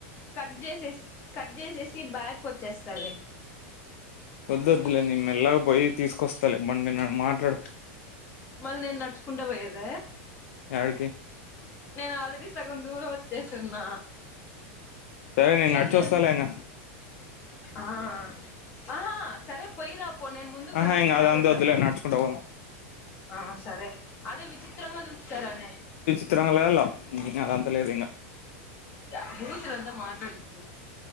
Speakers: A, on the left (about 30°); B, on the left (about 75°).
A: కట్ చేసే కట్ చేసేసి బ్యాగ్కి వచ్చేస్తాధి
B: వదద్దులే ని మెల్లాగా పోయి తీసుకొస్తాలే బండి మాట్లాడు
A: మళ్ళీ నేను నడుచుకుంటా పోయేద
B: యాడికి
A: నేను ఆల్రెడీ సగం దూరం వచ్చేసిన్నా
B: సరే నేను
A: సర్లేను
B: నడిచొస్తాలే ఇంగ
A: ఆ ఆహా సరే బైరాపో నేన్ ముందుకు
B: ఆహా
A: నడుచకుంటా
B: ఇంగ అదంతా
A: పోతావ
B: వద్దులే నడుచుకుంటా పోదాం
A: ఆ సరే అదే విచిత్రంగా చూస్తారాని
B: చిత్రంగాల అద అంత లేదు ఇం
A: య భూతులంతా మాట్లాడుద్దు